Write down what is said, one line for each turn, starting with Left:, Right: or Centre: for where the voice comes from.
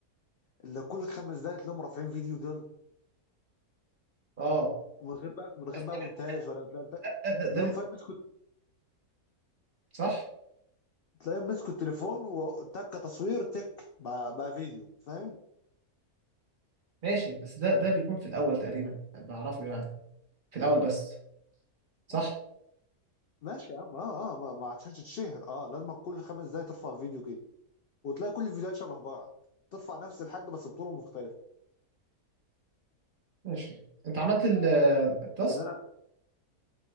Left: اللي كل خمس دقايق تلاقيهم رافعين فيديو دول
Right: اه
Left: ومن غير بقى من غير
Right: بس
Left: بقى
Right: ده
Left: مونتاج
Right: بي-
Left: ولا لا انت
Right: ده, ده, ده
Left: لو
Right: بي...
Left: فاهم مسكوا
Right: صح
Left: تلاقيهم مسكوا التليفون وتك تصوير تك بقى, بقى فيديو فاهم
Right: ماشي بس ده ده بيكون في الاول تقريبا اللي اعرفه يعني في الاول بس صح
Left: ماشي ماشي يا عم اه اه ما, ما عشان تتشهر اه لازم كل خمس دقايق ترفع فيديو كده وتلاقي كل الفيديوهات شبه بعض ترفع نفس الحاجه بس بطرق مختلفه
Right: ماشي انت عملت ال- التاسك
Left: يعني انا